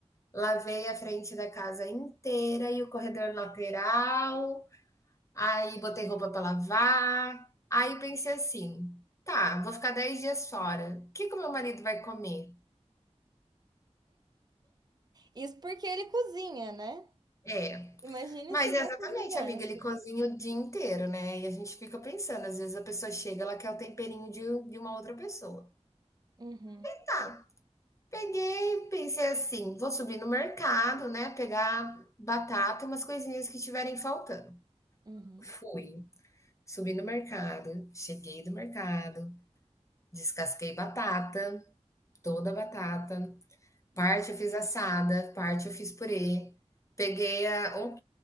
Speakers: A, on the left; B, on the right.
A: lavei a frente da casa inteira e o corredor lateral, aí botei roupa pra lavar. Aí pensei assim: tá, vou ficar 10 dias fora. O que que o meu marido vai comer?
B: Isso porque ele cozinha, né?
A: É.
B: Imagine
A: Mas
B: se não
A: é exatamente,
B: cozinhasse.
A: amiga, ele cozinha o dia inteiro, né? E a gente fica pensando, às vezes a pessoa chega, ela quer o temperinho de, de uma outra pessoa.
B: Uhum,
A: Tá, Peguei, pensei assim, vou subir no mercado, né, pegar batata e umas coisinhas que estiverem faltando.
B: uhum.
A: Fui, subi no mercado, cheguei do mercado, descasquei batata, toda a batata, parte
B: Gente,
A: eu fiz assada, parte eu fiz purê, peguei a- um,